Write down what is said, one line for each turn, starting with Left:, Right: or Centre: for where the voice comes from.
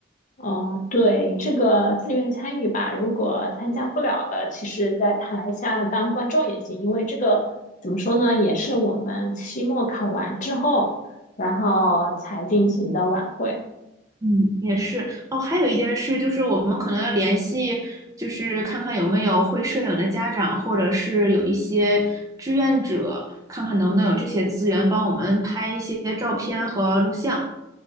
Left: 嗯，对，这个自愿参与吧，如果参加不了的，其实在台下当观众也行，因为这个怎么说呢，也是我们期末考完之后，然后才进行的晚会。
Right: 嗯，也是哦，还有一件事就是我们可能要联系，就是看看有没有会摄影的家长，或者是有一些志愿者，看看能不能有这些资源帮我们拍一些照片和录像。